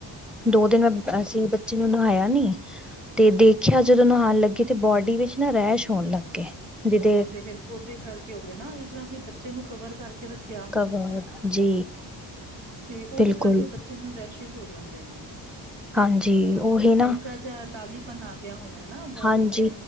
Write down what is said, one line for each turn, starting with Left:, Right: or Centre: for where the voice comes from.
Centre: ਦੋ ਦਿਨ ਮੈਂ, ਅਸੀਂ ਬੱਚੇ ਨੇ ਨਵਾਇਆ ਨੀ। ਤੇ ਦੇਖਿਆ, ਜਦੋਂ ਨੁਹਾਣ ਲੱਗੇ ਤੇ ਬੋਡੀ ਵਿੱਚ ਨਾ ਰੈਸ਼ ਹੋਣ ਲੱਗ ਗਏ। ਜਿਹਦੇ
Right: ਓ ਤੇ ਫੇਰ ਓਦੇ ਕਰਕੇ ਹੋ ਗਏ ਨਾ, ਜਿਸ ਤਰ੍ਹਾਂ ਅਸੀਂ ਬੱਚੇ ਨੂੰ ਕਵਰ ਕਰਕੇ ਰੱਖਿਆ।
Centre: <unintelligible> ਜੀ।
Right: ਤੇ ਓਦੇ
Centre: ਬਿਲਕੁਲ
Right: ਕਰਕੇ ਬੱਚਿਆਂ ਨੂੰ ਰੈਸਿਸ਼ ਹੋ ਜਾਂਦੇ ਨੇ।
Centre: ਹਾਂਜੀ ਉਹੀ ਨਾ
Right: ਹਲਕਾ ਜਾ ਲਾਲੀਪਨ ਆ ਗਿਆ ਹੁਨੇ ਨਾ ਬੋਡੀ
Centre: ਹਾਂਜੀ
Right: ਚ